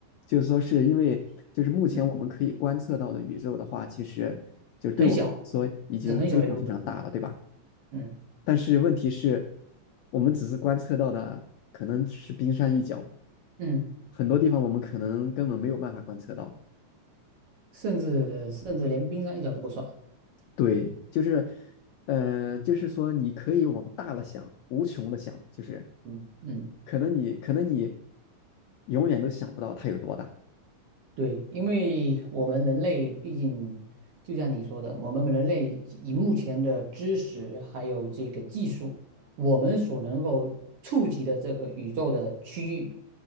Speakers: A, on the left; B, on the right.
A: 就是说，是因为就是目前我们可以观测到的宇宙的话，
B: 嗯，
A: 其实就是对我们来说已经非常非常大了，
B: 很小，是很小的一部分。
A: 对吧？
B: 嗯
A: 但是问题是，我们只是观测到的可能是冰山一角，
B: 嗯，
A: 很多地方我们可能根本没有办法观测到。
B: 甚至甚至连冰山一角都不算。
A: 对，就是，呃，就是说你可以往大了想，无穷的想，就是
B: 嗯嗯。
A: 可能你可能你永远都想不到它有多大。
B: 对，因为我们人类毕竟，就像你说的，我们人类以目前的知识还有这个技术，我们所能够触及的这个宇宙的区域